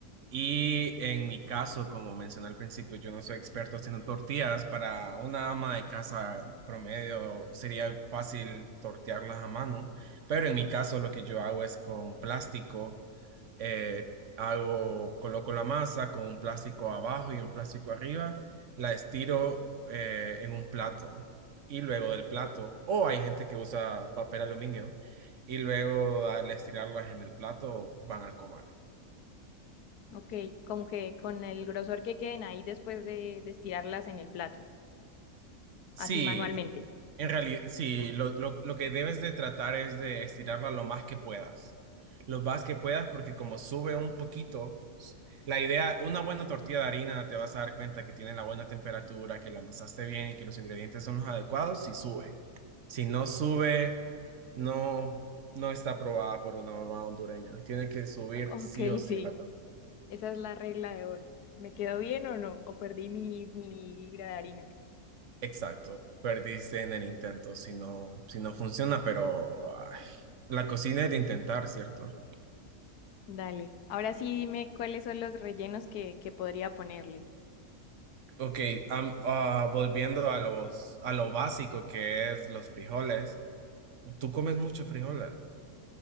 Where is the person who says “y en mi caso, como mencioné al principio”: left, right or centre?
Right